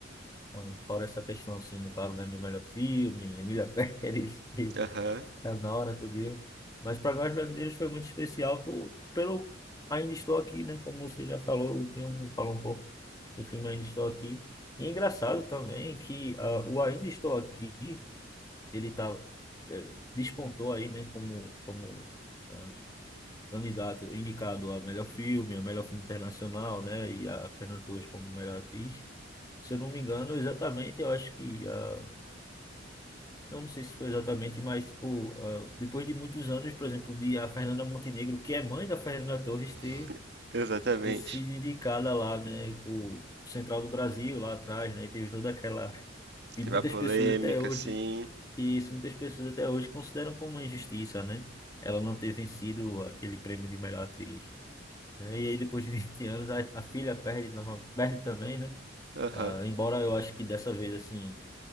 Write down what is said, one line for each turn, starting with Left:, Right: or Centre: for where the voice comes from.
Left: Então, fora essa questão, assim, claro, né, do melhor filme, Emília <laughs> Pérez, e
Right: Aham,
Left: Anora, tudo isso. Mas para nós brasileiros foi muito especial por, pelo Ainda Estou Aqui, né? Como você já falou, o filme falou um pouco do filme Ainda Estou Aqui. E é engraçado também que ah, o Ainda Estou Aqui, ele tá, eh, despontou aí, né? Como, como ah, candidato indicado a melhor filme, a melhor filme internacional, né? E a Fernanda Torres como melhor atriz. Se eu não me engano, exatamente, eu acho que a, eu não sei se foi exatamente, mas tipo, ah, depois de muitos anos, por exemplo, de a Fernanda Montenegro, que é mãe da Fernanda Torres,
Right: <laughs>
Left: ter,
Right: exatamente.
Left: ter sido indicada lá, né, por Central do Brasil, lá atrás, né? E teve toda aquela de
Right: Teve
Left: muitas
Right: a polêmica,
Left: pessoas até hoje,
Right: sim.
Left: e isso muitas pessoas até hoje consideram como uma injustiça, né? Ela não ter vencido aquele prêmio de melhor atriz. né? E aí depois de 20 anos a, a filha perde, nova- perde também, né?
Right: Aham,
Left: Ah, embora eu acho que dessa vez assim